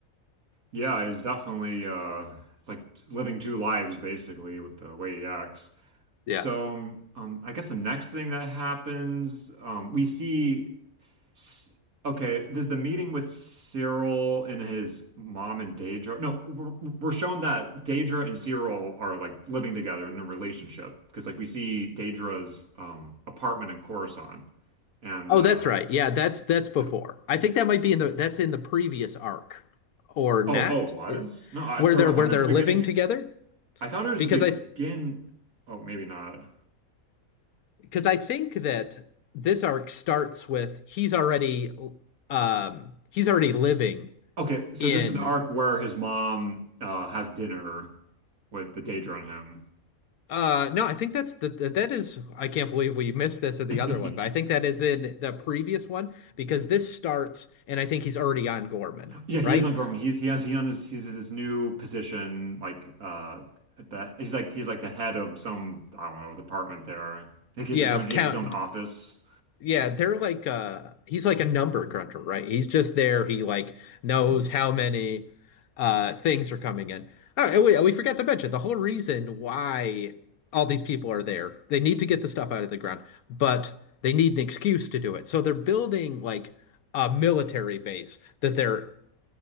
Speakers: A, on the right (about 80°); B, on the left (about 80°).
A: Yeah, he's definitely uh it's like living two lives basically with the way he acts.
B: Yeah.
A: So um, um, I guess the next thing that happens, um we see S- okay, does the meeting with Cyril and his mom and Daedra? No, we're, we're shown that Daedra and Cyril are like living together in a relationship because like we see Daedra's um apartment in Coruscant and
B: Oh,
A: uh
B: that's right. Yeah, that's that's before.
A: yeah.
B: I think that might be in the that's in the previous arc or not,
A: Oh, oh, was? No, I
B: where
A: or
B: they're
A: I
B: where
A: thought
B: they're
A: it was beginning.
B: living together.
A: I thought it was
B: Because
A: the
B: I
A: begin. Oh, maybe not.
B: because I think that this arc starts with he's already um he's already living
A: Okay, so
B: in
A: this is the arc where his mom uh, has dinner with the Daedra on
B: uh no, I think that's the that is I can't believe we missed this in the
A: him.
B: other one, but I think
A: <laughs>
B: that is in the previous one because this starts and I think he's already on Gorman,
A: Yeah,
B: right?
A: he is on Gorman. He he has he on his he's in his new position. Like uh, at the he's like he's like the head of some I don't know department there. Like he
B: Yeah,
A: has his own
B: of
A: he
B: Count
A: has his own office.
B: Yeah, they're like uh he's like a number cruncher, right? He's just there. He like knows how many uh things are coming in. Oh, and we we forgot to mention the whole reason why all these people are there. They need to get the stuff out of the ground, but they need an excuse to do it. So they're building like a military base that they're